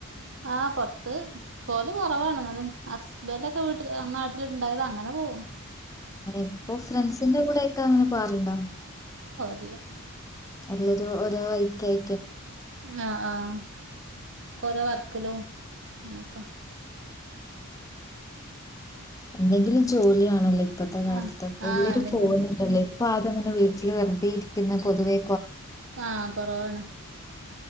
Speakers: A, on the right (about 60°); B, on the left (about 15°).
A: ആ് പുറത്ത് പോവല് കുറവാണ് ന് ഹസ്ബൻറ് ഒക്കെ വീട്ടിൽ നാട്ടിലുണ്ടായത് അങ്ങനെ ഓ
B: ഇപ്പൊ ഫ്രണ്ട്സിന്റെ കൂടെയൊക്കെ അങ്ങനെ പോവാറുണ്ടോ
A: ല്ല
B: എല്ലരും ഓരോ വൈക്കായി
A: ആഹ് ആഹ ഓരോ വർക്കിലും അങ്ങനെയൊക്കെ
B: എന്തെങ്കിലും ജോലി വാണല്ലോ ഇപ്പത്തെ കാലത്ത്
A: ആഹ്
B: എല്ലരും
A: ആഹ് എന്തെങ്കിലും
B: പോുന്നുണ്ടല്ലേ പ്പ ആരുതങ്ങനെ വീട്ടിൽ വെറുതെയിരിക്കുന്ന പൊതുവെ
A: ആഹ കൊറവാണ്